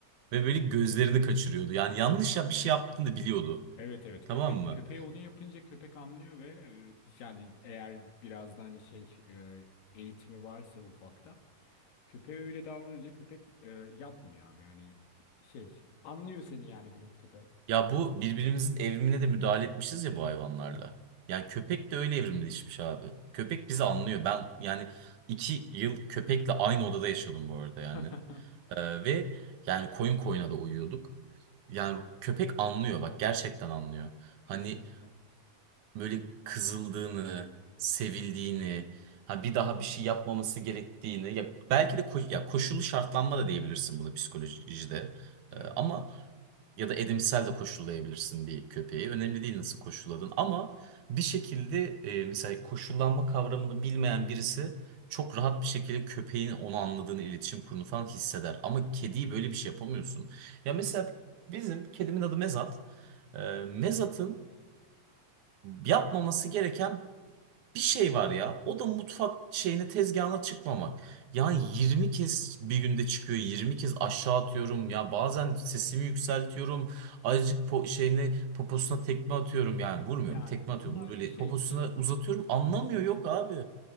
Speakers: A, on the right; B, on the left.
A: Ve böyle gözlerini kaçırıyordu. Yani yanlış ya bir şey yaptığını da biliyordu.
B: Evet evet
A: Tamam
B: köpek
A: mı?
B: köpeği onu yapınca köpek anlıyor ve e, yani eğer biraz da hani şey e, eğitimi varsa ufaktan köpeğe öyle davranınca köpek e, yapmıyor abi yani şey anlıyor seni yani bir noktada.
A: Ya bu birbirimizin evrimine de müdahale etmişiz ya bu hayvanlarla. Yani köpek de öyle evrimleşmiş abi. Köpek bizi anlıyor. Ben yani iki yıl köpekle aynı odada yaşadım bu arada
B: <laughs>
A: yani. Ee, ve yani koyun koyuna da uyuyorduk. Yani köpek anlıyor bak gerçekten anlıyor. Hani
B: Kesinlikle.
A: böyle kızıldığını, sevildiğini, ha bir daha bir şey yapmaması gerektiğini. Ya belki de ko- ya koşullu şartlanma da diyebilirsin buna psikolojide. Ee,
B: Evet.
A: ama ya da edimsel de koşullayabilirsin bir köpeği. Önemli değil nasıl koşulladın. Ama bir şekilde e, mesela koşullanma kavramını bilmeyen birisi çok rahat bir şekilde köpeğin onu anladığını, iletişim kurduğunu falan hisseder. Ama kediyi böyle bir şey yapamıyorsun. Ya mesela bizim kedimin adı Mezat. E, Mezat'ın yapmaması gereken bir şey var ya. O da mutfak şeyine tezgahına çıkmamak. Yani 20 kez bir günde çıkıyor. 20 kez aşağı atıyorum. Ya bazen sesimi yükseltiyorum. Azıcık po şeyine poposuna tekme atıyorum. Yani vurmuyorum.
B: Yani
A: Tekme
B: ama
A: atıyorum. Böyle
B: şey
A: poposuna uzatıyorum. Anlamıyor. Yok abi.